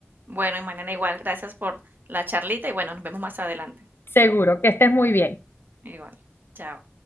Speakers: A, on the right; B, on the left.
A: Bueno, y mañana igual. Gracias por la charlita y bueno, nos vemos más adelante.
B: Seguro que estés muy bien.
A: Igual. Chao.